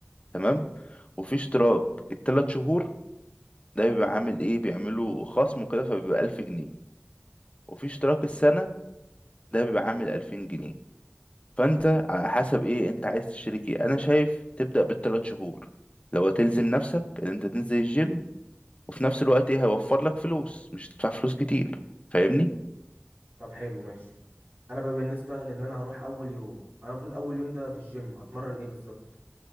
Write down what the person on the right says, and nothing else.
طب حلو ماشي انا بقى بالنسبه لان انا هروح اول يوم انا المفروض اول يوم ده في الجيم اتمرن ايه بالظبط